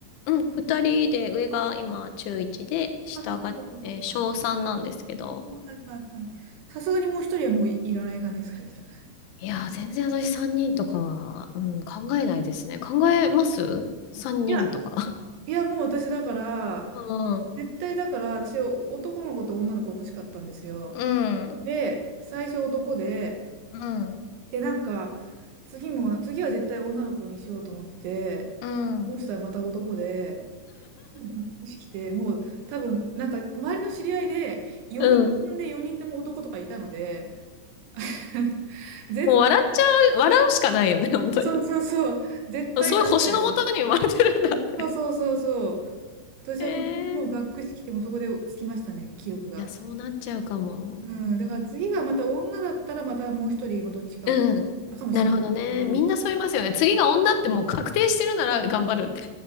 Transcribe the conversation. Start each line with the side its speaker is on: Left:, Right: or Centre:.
Left: うん、二人で、上が今中1で、
Right: あ、
Left: 下が、
Right: あ、そっかそっかそっか。
Left: えー小3なんですけど、
Right: あはいはいはい。さすがにもう1人はもうい、いらない感じですかね、じゃあ。
Left: いやー、全然私3人とかは、うん、考えないですね。考えます ?3 人とか。
Right: いや、
Left: <laughs>
Right: いやもう私だから、
Left: うん、
Right: 絶対だから、私男の子と女の子欲しかったんですよ。
Left: うん、
Right: で、最初男で、
Left: うん、
Right: で、なんか、次も、次は絶対女の子にしようと思って、
Left: うん、
Right: 落ちたらまた男で、がっくし来て、もう多分、なんか、周りの知り合いで、4人で4人とも男とかいたので、
Left: うん。
Right: <laughs> 絶対、
Left: もう笑っちゃう、笑うしかないよね、本当に。
Right: そうそうそう、絶対ダメだよ。
Left: そういう星のもとに生まれてるんだって。
Right: そうそうそうそう。私はもうそこでもうがっくし来て、
Left: えー、い
Right: もうそこでつきましたね、記録が。
Left: や、そうなっちゃうかも。
Right: うん、だから次がまた女だったら、またもう一人、まあどっちか、
Left: うん。
Right: かもしれないけど、
Left: なるほどね。みんなそう言いますよね。次が女ってもう確定してるなら頑張るって。